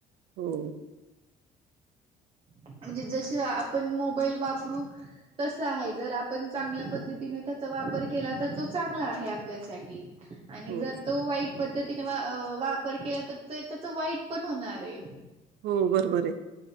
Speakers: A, on the right; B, on the right.
A: हो
B: म्हणजे आपण मोबाईल वापरु तस आहे जर आपण चांगल्या पद्ती त्याचा वापर केला तर तो चांगला आहे आपल्यासाठी आणि
A: हो
B: जर तो वाईट पद्धतीने वा वार केला तर त्याच वाईट पण होणार आहे
A: हो बरोबर आहे